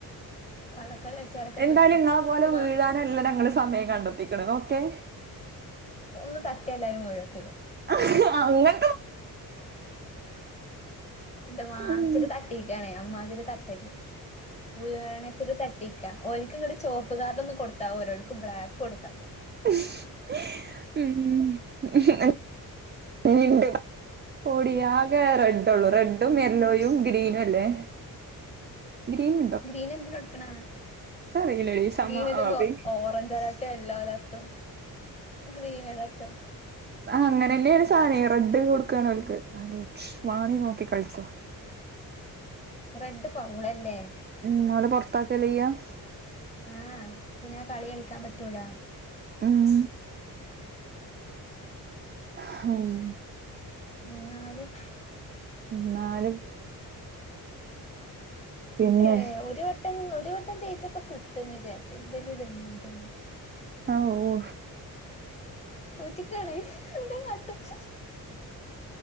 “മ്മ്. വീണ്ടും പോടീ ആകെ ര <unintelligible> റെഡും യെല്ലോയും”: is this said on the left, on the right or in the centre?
Right